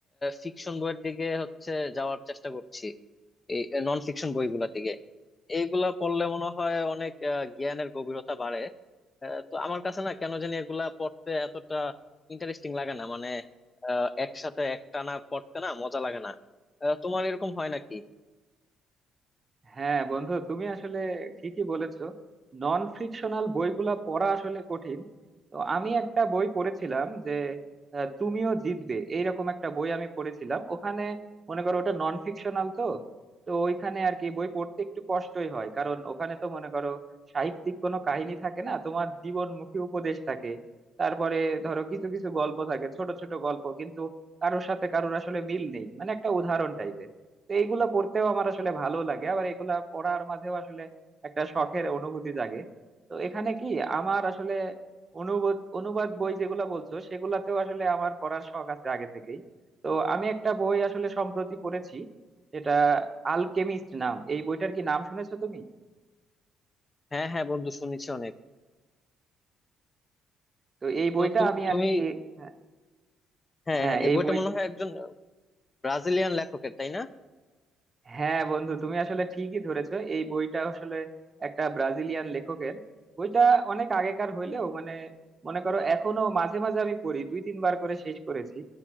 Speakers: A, on the left; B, on the right.
A: ফিকশন বইয়ের দিকে হচ্ছে যাওয়ার চেষ্টা করছি এই নন ফিকশন বইগুলোর দিকে এইগুলা পড়লে মনে হয় অনেক আহ, জ্ঞানের গভীরতা বাড়ে আহ, তো আমার কাছে না কেন জানি এগুলা পড়তে এতটা ইন্টারেস্টিং লাগে না মানে আহ, একসাথে একটানা পড়তে না মজা লাগে না আহ, তোমার এরকম হয় নাকি
B: হ্যাঁ বন্ধু তুমি আসলে ঠিকই বলেছো নন ফ্রিকশনাল বইগুলা পড়া আসলে কঠিন তো আমি একটা বই পড়েছিলাম যে আহ, তুমিও জিতবে এইরকম একটা বই আমি পড়েছিলাম ওখানে মনে করো ওটা নন ফিকশনাল তো তো ওইখানে আর কি বই পড়তে একটু কষ্টই হয় কারণ ওখানে তো মনে করো সাহিত্যিক কোনো কাহিনী থাকে না তোমার জীবনমুখী উপদেশ থাকে তারপরে ধরো কিছু কিছু গল্প থাকে ছোট ছোট গল্প কিন্তু কারোর সাথে কারোর আসলে মিল নেই মানে একটা উদাহরণ টাইপের তো এইগুলা পড়তেও আমার আসলে ভালো লাগে আবার এগুলা পড়ার মাঝেও আসলে একটা শখের অনুভূতি জাগে তো এখানে কি আমার আসলে অনুবাদ অনুবাদ বই যেগুলা বলছো সেগুলাতেও আসলে আমার পড়ার শখ আছে আগে থেকেই তো আমি একটা বই আসলে সম্প্রতি পড়েছি এটা আলকেমিস্ট নাম এই বইটার কি নাম শুনেছো তুমি
A: হ্যাঁ হ্যাঁ বন্ধু শুনেছি অনেক
B: তো এই বইটা
A: তো তুমি
B: আমি
A: তুমি
B: আর কি হ্যাঁ
A: হ্যাঁ
B: হ্যাঁ,
A: হ্যাঁ, এই
B: এই
A: বইটা
B: বই
A: মনে হয় একজন ব্রাজিলিয়ান লেখকের তাই না
B: হ্যাঁ বন্ধু তুমি আসলে ঠিকই ধরেছো এই বইটা আসলে একটা ব্রাজিলিয়ান লেখকের বইটা অনেক আগেকার হইলেও মানে মনে করো এখনো মাঝে মাঝে আমি পড়ি দুই তিনবার করে শেষ করেছি